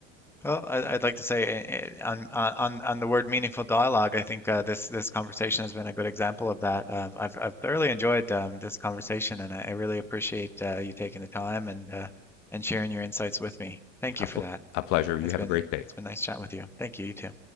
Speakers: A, in the centre; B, on the left.
A: Well, I- I'd like to say uh, uh, on on on on the word meaningful dialogue, I think uh, this this conversation has been a good example of that. Um, I've I've thoroughly enjoyed um, this conversation, and I, I really appreciate uh, you taking the time and uh, and sharing your insights with me. Thank
B: A,
A: you
B: pl-
A: for that.
B: a pleasure. You
A: It's
B: have
A: been
B: a great day.
A: it's been nice chatting with you. Thank you, you too.